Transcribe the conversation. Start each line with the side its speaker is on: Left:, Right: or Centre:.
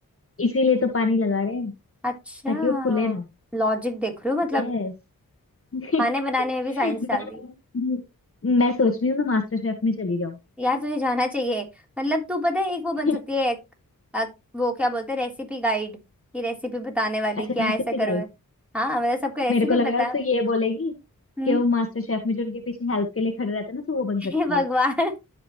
Left: इसीलिए तो पानी लगा रहे हैं
Centre: अच्छा
Left: ताकि वो खुले ना
Centre: लॉजिक देख रही हो मतलब
Left: यस <laughs>
Centre: खाने बनाने में भी
Left: मैं
Centre: साइंस डाल दी
Left: मैं सोच रही हूँ मैं मास्टर शेफ में चली जाऊँ
Centre: यार तुझे जाना चाहिए मतलब तू पता है एक वो
Left: <laughs>
Centre: बन सकती है एक, अ, वो क्या बोलते हैं रेसिपी गाइड की रेसिपी बताने वाली
Left: अच्छा
Centre: क्या
Left: रेसिपी
Centre: ऐसा करो
Left: गाइड
Centre: हाँ मतलब सबको रेसिपी
Left: मेरे को लगा
Centre: बता
Left: तो ये बोलेगी
Centre: हम्म
Left: कि वो मास्टर शेफ में जो उनके पीछे हेल्प के लिए खड़े रहते हैं ना तो वो बन सकती
Centre: हे भगवान